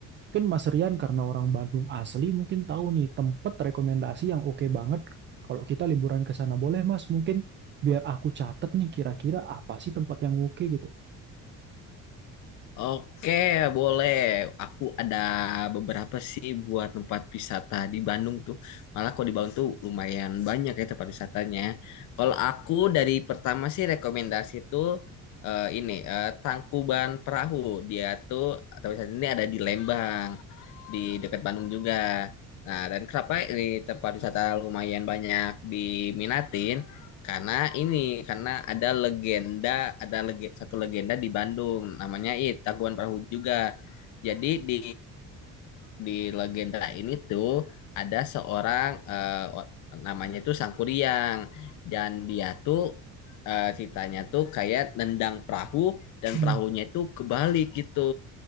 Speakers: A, on the right; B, on the left.
A: Mungkin Mas Rian karena orang Bandung asli mungkin tahu nih tempat rekomendasi yang oke banget kalau kita liburan ke sana. Boleh Mas mungkin biar aku catet nih kira-kira apa sih tempat yang oke gitu.
B: Oke, boleh. Aku ada beberapa sih buat tempat wisata di Bandung tuh. Malah kalau di Bandung tuh lumayan banyak ya tempat wisatanya. Kalau aku dari pertama sih rekomendasi tuh eh, ini eh, Tangkuban Perahu. Dia tuh tempat wisata ini ada di Lembang, di dekat Bandung juga. Nah, dan kenapa ini tempat wisata lumayan banyak diminatin? Karena ini, karena ada legenda, ada lege, satu legenda di Bandung, namanya itu Tangkuban Perahu juga. Jadi di di legenda ini tuh ada seorang eh, o- namanya tuh Sangkuriang dan dia tuh eh, ceritanya tuh kayak nendang perahu dan
A: Hmm,
B: perahunya itu kebalik gitu.